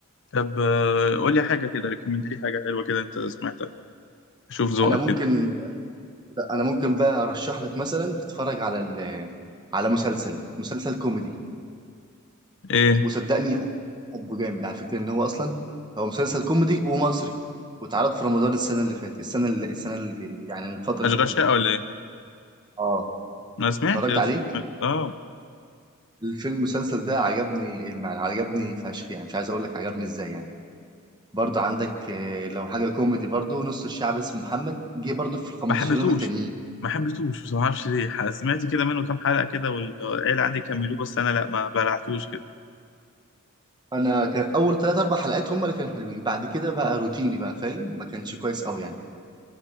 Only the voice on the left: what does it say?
طب آه، قول لي حاجه كده ريكومند لي حاجه حلوه كده انت سمعتها شوف ذوقك
كده
ايه
اشغال
شقه
ولا ايه
ما سمعتش
يا
اسطى سمعت. اه
ما حبيتهوش
ما حبيتهوش بس ما اعرفش ليه ح- سمعت كده منه كام حلقه كده والعيله عندي كملوه بس انا لا ما بلعتوش كده